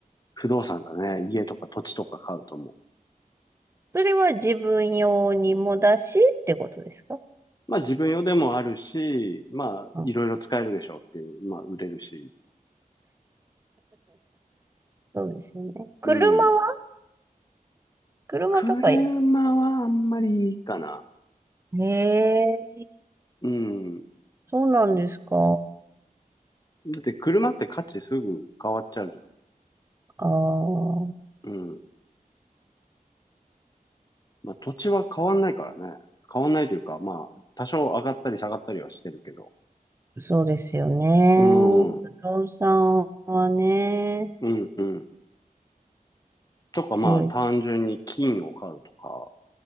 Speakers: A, on the left; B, on the right.
A: 不動産だね。家とか土地とか買うと思う。
B: それは自分用にもだしってことですか
A: まあ、自分用でもあるし、まあ、
B: あ
A: いろいろ使えるでしょうっていう。まあ、売れるし。
B: そうですよね。車は
A: うん。
B: 車とかいら
A: 車はあんまりいいかな。
B: へえ、
A: うん。
B: そうなんですか
A: だって車って価値すぐ変わっちゃうじゃ
B: ああ、
A: ん。うん。まあ土地は変わんないからね。変わんないというか、まあ多少上がったり下がったりはしてるけど。
B: そうですよね。
A: うん。う
B: 不動産はね、
A: んうん。とかまあ単純に金を買うとか。
B: 強い